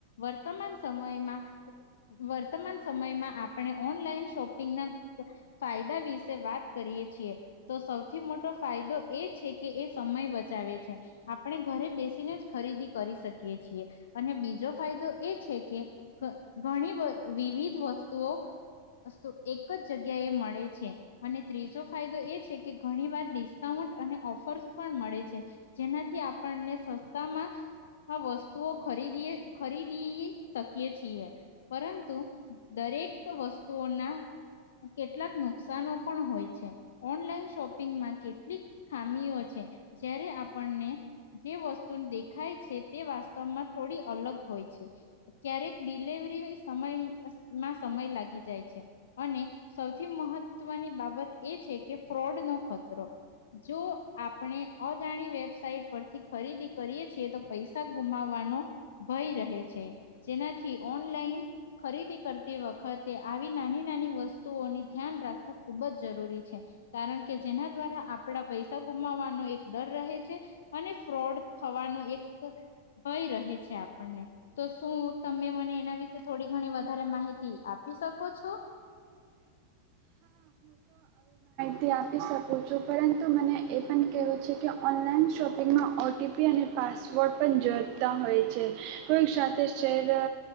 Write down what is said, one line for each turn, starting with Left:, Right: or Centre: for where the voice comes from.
Left: વર્તમાન સમયમાં વર્તમાન સમયમાં આપણે ઓનલાઈન શોપિંગના ફાયદા વિશે વાત કરીએ છીએ, તો સૌથી મોટો ફાયદો એ છે કે એ સમય બચાવે છે, આપણે ઘરે બેસીને જ ખરીદી કરી શકીએ છીએ અને બીજો ફાયદો એ છે કે ઘણી વ વિવિધ વસ્તુઓ વસ્તુ એક જ જગ્યાએ મળે છે, અને ત્રીજો ફાયદો એ છે કે ઘણી વાર ડિસ્કાઉન્ટ અને ઓફર્સ પણ મળે છે, જેનાથી આપણને સસ્તામાં આ વસ્તુઓ ખરીદીએ, ખરીદી શકીએ છીએ. પરંતુ દરેક વસ્તુઓના કેટલાક નુકસાનો પણ હોય છે, ઓનલાઈન શોપિંગમાં કેટલીક ખામીઓ છે જ્યારે આપણને જે વસ્તુ દેખાય છે તે વાસ્તવમાં થોડી અલગ હોય છ, ક્યારેક ડિલવરી સમયમાં સમય લાગી જાય છે અને સૌથી મહત્વની બાબત એ છે કે ફ્રોડ નો ખતરો જો આપણે અજાણી વેબસાઇટ પરથી ખરીદી કરીએ છીએ તો પૈસા ગુમાવવાનો ભય રહે છે જેનાથી ઓન ખરીદી કરતી વખતે આવી નાની નાની વસ્તુઓને ધ્યાન રાખવું ખુબ જ જરૂરી છે કારણ કે જેના દ્વારા આપડા પૈસા ગુમાવવાનો એક ડર રહે છે અને ફ્રોડ થવાનો એક ભય રહે છે આપણને તો શું તમે મને એના વિ થોડી ઘણી વધારે માહિત આપી શકો છો.
Right: ત આપી શ છું પરંતુ મને એ પણ કહેવું છે કે ઓનલાઈન શોપિંગમાં ઓટીપી અને પાસવર્ડ પણ જોડતા હોય છે કોઈ સા તે શેર